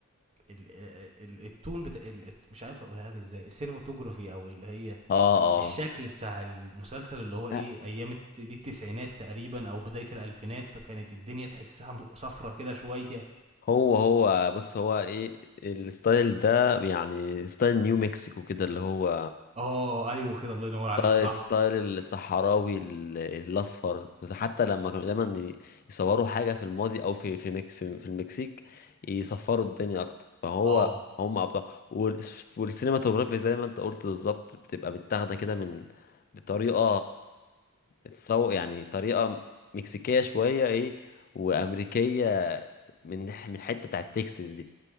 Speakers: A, on the right; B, on the left.
A: ال... آه، ال... التون بتاع ال... مش عارف اقولها لك ازاي السينماتوجرافي او اللي هي
B: اه اه
A: الشكل بتاع المسلسل اللي هو ايه
B: آه،
A: ايام الت- دي التسعينات تقريبا او بدايه الالفينات فكانت الدنيا تحسها م- صفرة كده شويه
B: هو هو بص هو ايه الستايل ده يعني ستايل نيو مكسيكو كده اللي هو
A: اه ايوه كده الله ينور عليك
B: ستايل
A: صح
B: ستايل الصحراوي ال- الاصفر بس حتى لما كانوا دايما ي- يصوروا حاجه في الماضي او في في مك- في في المكسيك يصفروا الدنيا اكتر فهو
A: اه
B: هم ابطال وال- والسينماتوجرافي زي ما انت قلت بالظبط بتبقى متاخده كده من بطريقه اتسوق يعني طريقه مكسيكيه شويه ايه وامريكيه من من حته بتاعت تكساس دي